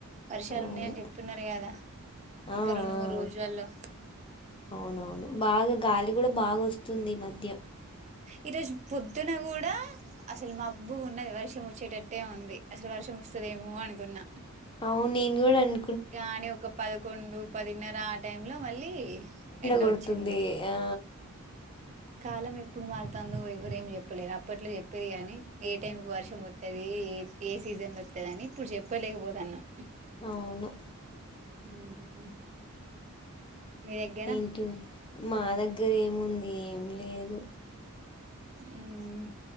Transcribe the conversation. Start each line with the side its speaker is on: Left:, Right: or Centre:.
Right: వర్షాలు
Left: అవును.
Right: ఉన్నాయ అని చెప్తున్నారు కదా
Left: ఆ!
Right: ఇంకా రెండు మూడు రోజులల్లో
Left: ఆ! అవునవును బాగా గాలి కూడా బాగా వస్తుంది ఈ మధ్య
Right: ఈ రోజు పొద్దున కూడా అసలు మబ్బు ఉన్నది వర్షం వచ్చేటట్టే ఉంది అసలు వర్షం వర్షం వస్తదేమో అనుకున్నా
Left: అవును నేను కూడా అన్
Right: కానీ ఒక పదకొండు పదిన్నర ఆ టైమ్ లో మళ్ళీ ఎండ
Left: కొడుతుంది
Right: ఒచ్చింది
Left: ఆ
Right: కాలం ఎప్పుడు మారుతాందో ఎవర ఏం చెప్పలేరు అప్పట్లో చెప్పేది కాని ఏ టైం కి వర్షం వత్తది ఏ సీజన్ లో అత్తదని ఇప్పుడు చెప్పలేకపోతాన్నాం
Left: అవును
Right: ఉమ్మ్ హు మీ దగ్గర
Left: ఏంటి మా దగ్గర ఏముంది ఏం లేదు
Right: ఉమ్మ్